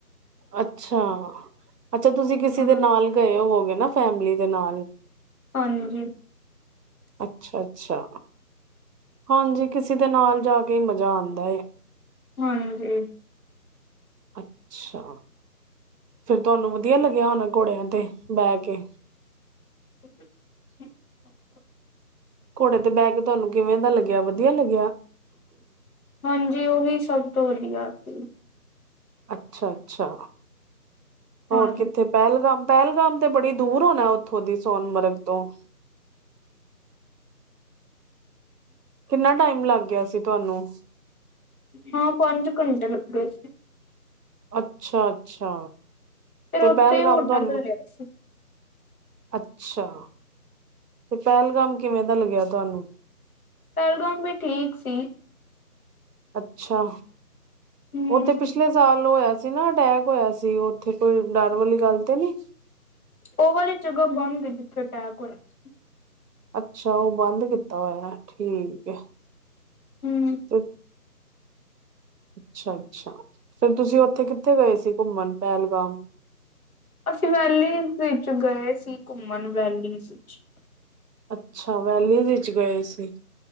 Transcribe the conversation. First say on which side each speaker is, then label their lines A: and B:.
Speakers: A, on the right; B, on the left.
A: ਅੱਛਾ, ਅੱਛਾ ਤੁਸੀਂ ਕਿਸੇ ਦੇ
B: ਹਾਂ
A: ਨਾਲ ਗਏ ਹੋਵੋਗੇ ਨਾ? ਫੈਮਲੀ ਦੇ ਨਾਲ?
B: ਹਾਂਜੀ।
A: ਅੱਛਾ -ਅੱਛਾ, ਹਾਂਜੀ, ਕਿਸੇ ਦੇ ਨਾਲ ਜਾ ਕੇ ਮਜਾ ਆਂਦਾ ਏ।
B: ਹਾਂਜੀ।
A: ਅੱਛਾ, ਫੇਰ ਤੁਆਨੂੰ ਵਧੀਆ ਲੱਗੇਆ ਹੋਨੈ ਘੋੜੇਆਂ ਤੇ ਬੈਹ ਕੇ
B: <inaudible>
A: ਘੋੜੇ ਤੇ ਬੈਕੇ ਤੁਆਨੂੰ ਕਿਵੇਂ ਦਾ ਲੱਗੇਆ, ਵਧੀਆ ਲੱਗੇਆ?
B: ਹਾਂਜੀ, ਓਹੀ ਸਬ ਤੋਂ ਵਧੀਆ ਸੀ।
A: ਅੱਛਾ -ਅੱਛਾ,
B: ਹਾਂਜੀ
A: ਹੋਰ ਕਿੱਥੇ ਪੈਹਲਗਾਮ- ਪੈਹਲਗਾਮ ਤੇ, ਬੜੀ ਦੂਰ ਹੋਣਾ ਓਥੋਂ ਦੀ ਸੋਨਮਰਗ ਤੋਂ? ਕਿੰਨਾ ਟਾਈਮ ਲੱਗ ਗਿਆ ਸੀ, ਤੁਆਨੂੰ?
B: ਹਾਂ, ਪੰਜ ਘੰਟੇ ਲੱਗੇ ਸੀ।
A: ਅੱਛਾ-ਅੱਛਾ,
B: ਫਿਰ
A: ਤੇ
B: ਉੱਥੇ
A: ਪੈਹਲਗਾਮ
B: ਹੀ ਹੋਟਲ
A: ਤੁਆਨੂੰ
B: ਲਿਆ ਸੀ
A: ਅੱਛਾ ਤੇ, ਪੈਹਲਗਾਮ ਕਿਵੇਂ ਦਾ ਲੱਗੇਆ ਤੁਆਨੂੰ?
B: ਪੈਹਲਗਾਮ ਵੀ, ਠੀਕ ਸੀ।
A: ਅੱਛਾ,
B: ਹਮ
A: ਓ ਤੇ ਪਿਛਲੇ ਸਾਲ, ਹੋਏਆ ਸੀ ਨਾ, ਅਟੈਕ ਹੋਏਆ ਸੀ। ਓਥੇ ਕੋਈ ਡਰ ਵਾਲੀ ਗੱਲ ਤੇ ਨੀਂ?
B: ਓ ਵਾਲੀ ਜਗ੍ਹਾ ਬੰਦ ਏ, ਜਿੱਥੇ ਟੈਕ ਹੋਏਆ ਸੀ।
A: ਅੱਛਾ, ਓ ਬੰਦ ਕੀਤਾ ਹੋਏਆ, ਠੀਕ ਐ।
B: ਹਮ
A: <inaudible> ਅੱਛਾ -ਅੱਛਾ, ਫੇਰ ਤੁਸੀਂ ਓਥੇ ਕਿੱਥੇ ਗਏ ਸੀ? ਘੁੰਮਣ ਪੈਹਲਗਾਮ
B: ਅਸੀਂ ਵੈਲੀਜ਼ ਵਿੱਚ ਗਏ ਸੀ, ਘੁੰਮਣ ਵੈਲੀ 'ਚ
A: ਅੱਛਾ, ਵੈਲੀਜ਼ ਵਿੱਚ ਗਏ ਸੀ।